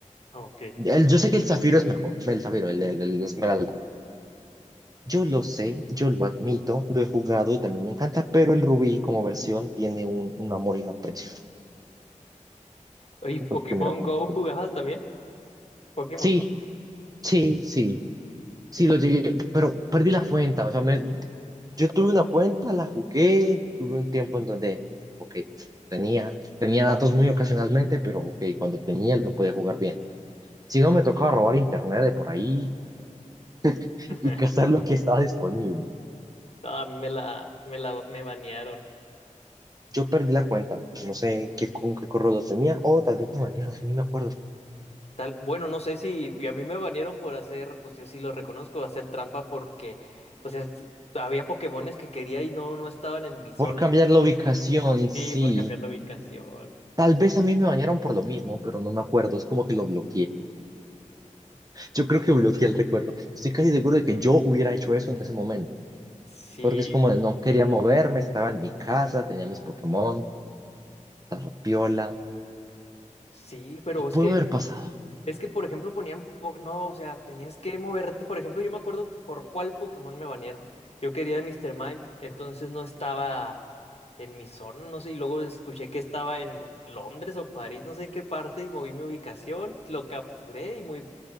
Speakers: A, on the left (about 50°); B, on the right (about 30°).
A: Ok.
B: El- yo sé que el Zafiro es mejor. El Zafiro, el, el, el Esmeralda. Yo lo sé, yo lo admito, lo he jugado y también me encanta, pero el Rubí como versión tiene un, un amor y un aprecio.
A: Oye, ¿Pokémon
B: Fue el primero con
A: Go
B: el que tuve.
A: jugabas también? Pokémon
B: Sí,
A: Go.
B: sí, sí. Sí, lo llegué, pero perdí la cuenta. O sea, me, yo tuve una cuenta, la jugué, tuve un tiempo en donde, ok, tenía, tenía datos muy ocasionalmente, pero ok, cuando tenía lo podía jugar bien. Si no, me tocaba robar internet de por ahí <laughs>
A: <laughs>
B: y cazar lo que estaba disponible.
A: No, a mí me la, me la, me banearon.
B: Yo perdí la cuenta, no sé qué, con qué correo lo tenía, o tal vez me bañaron, ni me acuerdo.
A: Tal, bueno, no sé si a mí me banearon por hacer, pues yo sí lo reconozco, hacer trampa porque, o sea, había Pokémones que quería y no, no estaban en mi zona,
B: Por cambiar
A: entonces
B: la ubicación, sí.
A: sí, por cambiar la ubicación.
B: Tal vez a mí me bañaron por lo mismo, pero no me acuerdo, es como que lo bloqueé. Yo creo que bloqueé el recuerdo. Estoy casi seguro de que yo hubiera hecho eso en ese momento,
A: Sí,
B: porque es como de no quería moverme, estaba en mi casa, tenía mis Pokémon, estaba piola.
A: sí, pero es
B: Pudo
A: que
B: haber pasado.
A: Es que, por ejemplo, ponían, po- no, o sea, tenías que moverte. Por ejemplo, yo me acuerdo por cuál Pokémon me banearon. Yo quería a Mr. Mime, entonces no estaba en mi zona, no sé, y luego escuché que estaba en Londres o París, no sé en qué parte, y moví mi ubicación, lo capturé y muy...